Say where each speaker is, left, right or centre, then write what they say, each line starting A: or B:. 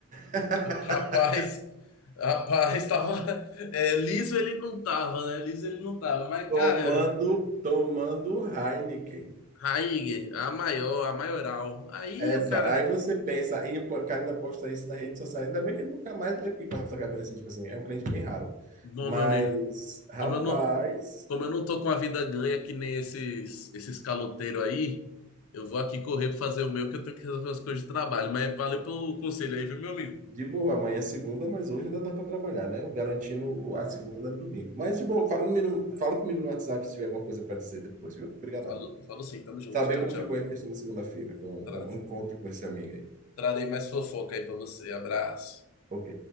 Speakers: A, on the right; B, on the left.
A: <laughs>
B: Rapaz, <laughs> rapaz, tava. é, liso ele não tava, né? Liso ele não tava. Mas,
A: Tomando,
B: cara,
A: tomando Heineken.
B: Raíger, a maior, a maioral. Aí
A: Exa.
B: o cara.
A: Aí você pensa, e o cara ainda posta isso na rede social. Ainda bem que ele nunca mais veio aqui cortar cabelo assim, tipo assim, é um cliente bem raro.
B: bom
A: Mas,
B: meu amigo,
A: rapaz,
B: como eu não, como eu não tô com a vida ganha que nem esses, esses caloteiros aí, eu vou aqui correr pra fazer o meu, que eu tenho que resolver as coisas de trabalho. Mas valeu pelo conselho aí, viu, meu amigo?
A: De boa, amanhã é segunda, mas hoje ainda dá para trabalhar, né? Eu Garantindo o- a segunda no domingo. Mas de boa, fala, comigo- fala comigo no WhatsApp se tiver alguma coisa para dizer depois, viu? Obrigadão.
B: Falo, falo sim, tamo junto.
A: Saber
B: Tchau,
A: como
B: tchau.
A: ficou a questão da segunda-feira, com,
B: Tra-
A: com o encontro com esse amigo aí.
B: Trarei mais fofoca aí pra você. Abraço.
A: Ok.